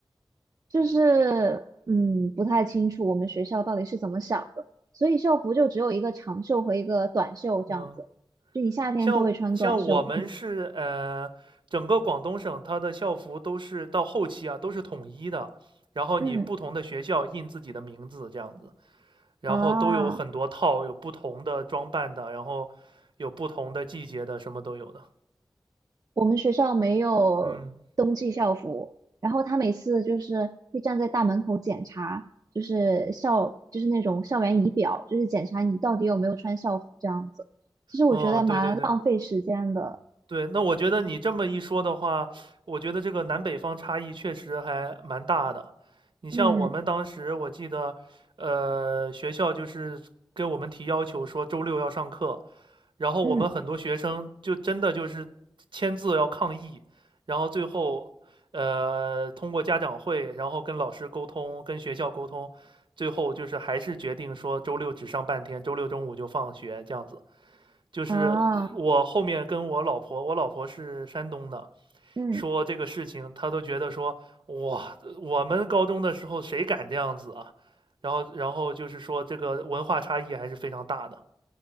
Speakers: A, on the right; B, on the right.
A: 就是嗯不太清楚我们学校到底是怎么想的，所以校服就只有一个长袖和一个短袖这样子，
B: 嗯，
A: 就你夏天就会穿短袖。
B: 像像我们是呃，
A: 嗯
B: 整个广东省它的校服都是到后期啊都是统一的，然后你不同的学校印自己的名字这样子，
A: 嗯
B: 然后都有很多套，
A: 啊，
B: 有不同的装扮的，然后有不同的季节的，什么都有的。
A: 我们学校没有冬季校服，
B: 嗯。
A: 然后他每次就是会站在大门口检查，就是校就是那种校园仪表，就是检查你到底有没有穿校服这样子。其实我觉得蛮浪费时间的。
B: 哦，对对对对，那我觉得你这么一说的话，我觉得这个南北方差异确实还蛮大的。你像我们当时，
A: 嗯
B: 我记得，呃，学校就是给我们提要求说周六要上课，然后我们很多学生就真的就是签字要抗议，
A: 嗯
B: 然后最后，呃，通过家长会，然后跟老师沟通，跟学校沟通，最后就是还是决定说周六只上半天，周六中午就放学这样子。就是呃我后面跟我老婆，
A: 啊
B: 我老婆是山东的，
A: 嗯。
B: 说这个事情，她都觉得说哇，我们高中的时候谁敢这样子啊？然后，然后就是说这个文化差异还是非常大的，